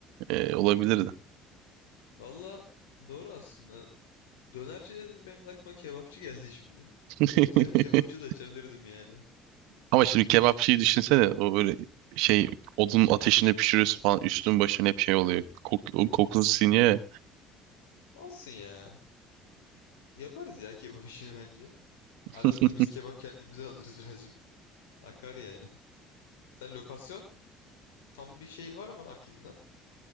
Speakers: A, on the right (about 75°); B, on the left (about 85°).
A: e, olabilirdi.
B: Valla doğru aslında. Dönerci dedim benim aklıma kebapçı geldi şimdi.
A: <laughs>
B: Güzel bir kebapçı da açabilirdim yani.
A: Ama şimdi kebapçıyı düşünsene o böyle şey odun ateşinde pişiriyorsun falan üstün başın hep şey oluyor. Kok, o kokusu siniyor
B: Olsun ya. Yaparız ya kebap <laughs> işini bence. Arada
A: ya.
B: da biz
A: <laughs>
B: kebap kendimize alırız birazcık. Akar yani. Sen lokasyon tam bir şehir var mı aklında?